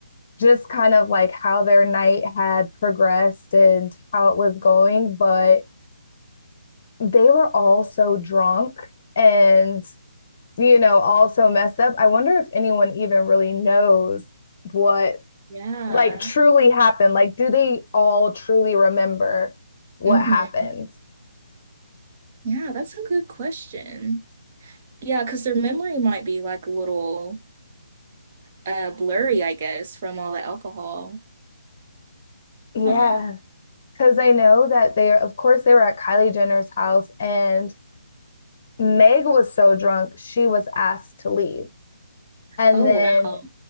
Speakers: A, on the left; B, on the right.
A: just kind of like how their night had progressed and how it was going, but they were all so drunk and, you know, all so messed up. I wonder if anyone even really knows what
B: Yeah.
A: like truly happened. Like, do they all truly remember what
B: Mm-hmm.
A: happened?
B: Yeah, that's a good question. Yeah, because their memory might be like a little uh blurry, I guess, from all the alcohol.
A: Yeah.
B: Huh.
A: Cause I know that they of course, they were at Kylie Jenner's house and Meg was so drunk, she was asked to leave. And
B: Oh,
A: then
B: wow.